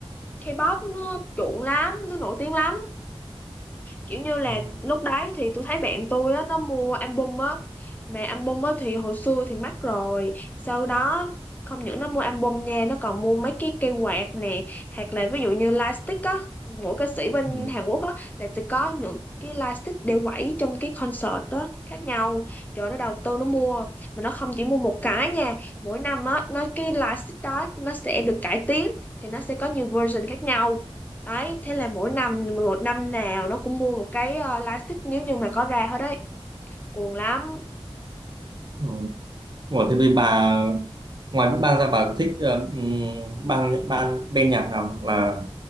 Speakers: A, on the left; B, on the right.
A: K-pop nó chuộng lắm nó nổi tiếng lắm kiểu như là
B: ừ.
A: lúc đấy thì tôi thấy bạn tôi á nó mua album á mà album á thì hồi xưa thì mắc rồi sau đó không những nó mua album nha nó còn mua mấy cái cây quạt nè hoặc là ví dụ như lightstick á mỗi ca sĩ bên
B: Ừ.
A: Hàn Quốc á là sẽ có những cái lightstick để quẩy trong cái concert đó khác nhau trời nó đầu tư nó mua mà nó không chỉ mua một cái nha mỗi năm á nó cái lightstick đó nó sẽ được cải tiến thì nó sẽ có nhiều version khác nhau Đấy, thế là mỗi năm một năm nào nó cũng mua một cái ờ, live stick nếu như mà có ra hết đấy. Cuồng lắm,
B: Ừ. Ủa, thế bây bà ngoài Big Bang ra bà thích ờ, ừm, bang ban bên nhạc nào hoặc là